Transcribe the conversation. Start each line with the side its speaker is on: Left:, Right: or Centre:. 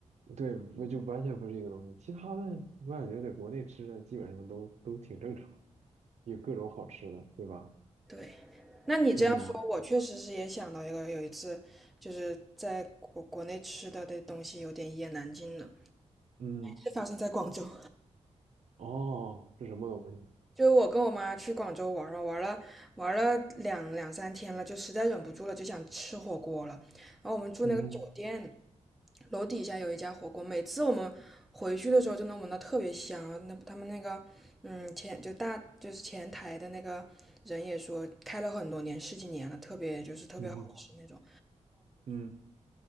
Right: 对，不就完全不是一个东西。其他的我感觉在国内吃的基本上都都挺正常，有各种好吃的，对吧？
Centre: 对，那你这样说，
Right: 嗯
Centre: 我确实是也想到一个，有一次就是在国国内吃的的东西有点一言难尽了，
Right: 嗯，
Centre: 是发生在广州。
Right: 哦，是什么东西？
Centre: 就是我跟我妈去广州玩了，玩了玩了两两三天了，就实在忍不住了，就想吃火锅了。然后我们住那个酒店，
Right: 嗯哼
Centre: 楼底下有一家火锅，每次我们回去的时候就能闻到特别香啊。那他们那个，嗯，前就大就是前台的那个人也说，开了很多年，十几年了，特别就是特别好吃那种。
Right: 嗯哼嗯，